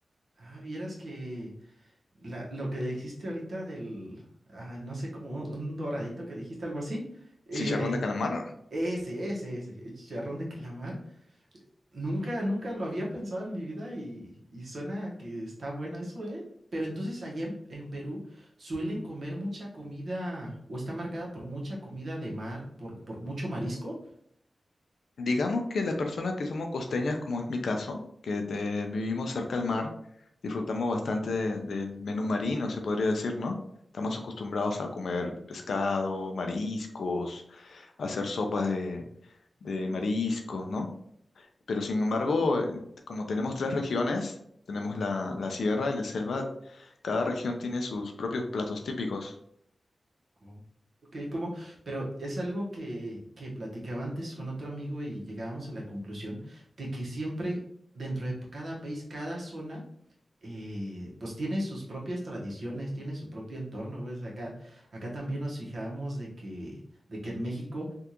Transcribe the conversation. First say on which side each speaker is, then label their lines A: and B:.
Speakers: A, on the right (about 65°); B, on the left (about 80°).
A: Ah, vieras que... La- lo que dijiste ahorita del, ah, no sé, como un doradito que dijiste, algo así. eh,
B: ¿Chicharrón de calamar?
A: ese, ese, ese, el chicharrón de calamar. Nunca, nunca lo había pensado en mi vida y, y suena que está bueno eso, ¿eh? Pero entonces allá en, en Perú suelen comer mucha comida o está marcada por mucha comida de mar, por, por mucho marisco.
B: Digamos que las personas que somos costeñas, como es mi caso, que te- vivimos cerca al mar, disfrutamos bastante de- del menú marino, se podría decir, ¿no? Estamos acostumbrados a comer pescado, mariscos, hacer sopas de, de mariscos, ¿no? Pero sin embargo, eh, como tenemos tres regiones, tenemos la, la sierra y la selva, cada región tiene sus propios platos típicos.
A: Oh, Ok, como, pero es algo que, que platicaba antes con otro amigo y llegábamos a la conclusión de que siempre dentro de cada país, cada zona, eh, pues tiene sus propias tradiciones, tiene su propio entorno, pues acá, acá también nos fijábamos de que, de que en México